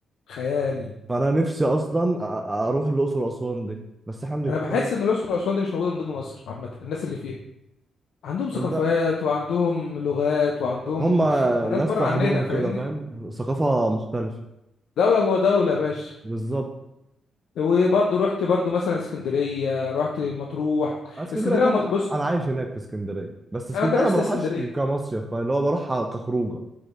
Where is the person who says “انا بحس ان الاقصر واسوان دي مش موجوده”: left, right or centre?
Left